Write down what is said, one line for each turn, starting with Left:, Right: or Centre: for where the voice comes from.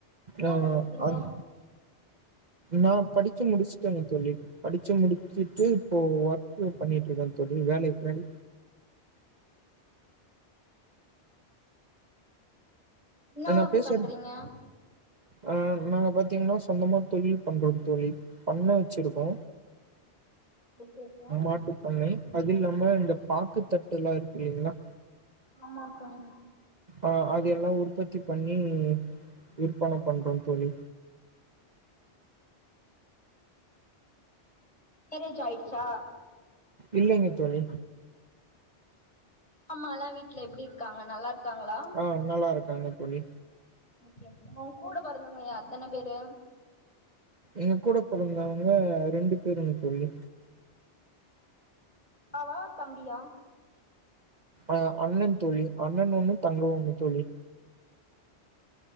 Left: இன்னா
Right: ஆ
Left: படிக்கிறீங்க
Right: அந் நா படிச்சு முடிச்சுட்டேங்க தோழி படிச்சு முடிச்சுட்டு இப்போ ஒர்க் பண்ணிட்ருக்கே தோழி வேலைக் போய்
Left: என்ன
Right: நா
Left: ஒர்க்
Right: பேசறது
Left: பண்றீங்க
Right: ஆ நாங்க பாத்தீங்கன்னா சொந்தமா தொழில் பண்றோ தோழி பண்ண வச்சிருக்கோ
Left: ஓகே ஃப்ரெண்ட்
Right: மாட்டுப்பண்ணை அது இல்லாம இந்த பாக்குத்தட்டு எல்லா இருக்குல்லைங்களா
Left: ஆமா சொல்லுங்க
Right: ஆ அது எல்லா உற்பத்தி பண்ணி விற்பன பண்றோ தோழி
Left: மேரேஜ் ஆயிடுச்சா
Right: இல்லைங்க தோழி
Left: அம்மா எல்லா வீட்ல எப்டி இருக்காங்க நல்லார்க்காங்களா
Right: ஆ நல்லா இருக்காங்க தோழி
Left: ஓகே உங்க கூட பொறந்தவங்க எத்தன பேரு
Right: ஏ கூட பொறந்தவங்க ரெண்டு பேருங்க தோழி
Left: அக்காவ தம்பியா
Right: அ அண்ணன் தோழி அண்ணன் ஒண்ணு தங்க ஒண்ணு தோழி